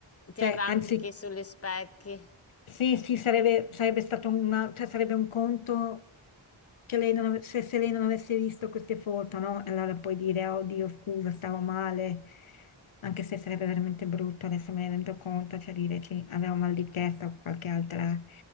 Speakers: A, on the left (about 80°); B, on the left (about 30°).
A: cioè,
B: ti arrampichi
A: anzi
B: sugli specchi.
A: Sì, sì, sarebbe, sarebbe stato una, cioè sarebbe un conto che lei non ave- se, se lei non avesse visto queste foto, no? E Allora puoi dire, oh Dio, scusa, stavo male, anche se sarebbe veramente brutto, adesso me ne rendo conto, cioè dire che avevo mal di testa o qualche altra